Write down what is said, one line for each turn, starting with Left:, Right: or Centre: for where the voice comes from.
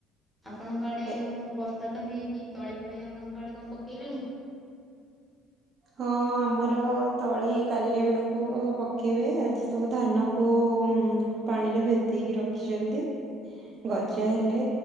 Centre: ଆପଣଙ୍କ ଆଡେ
Right: ଏ
Centre: କଣ ବର୍ଷା ତ ହେଇଛି ତଳି ଫଳି ଆପଣଙ୍କ ଆଡେ କଣ ପକେଇଲେଣି? <unintelligible> <inaudible>
Right: ହଁ ଆମର ତଳି କାଲି ଆଡକୁ ପକେଇବେ ଆଜି ସବୁ ଧାନ କୁ ପାଣିରେ ଭେଦେଇକି ରଖିଛନ୍ତି। ଗଜା ହେଲେ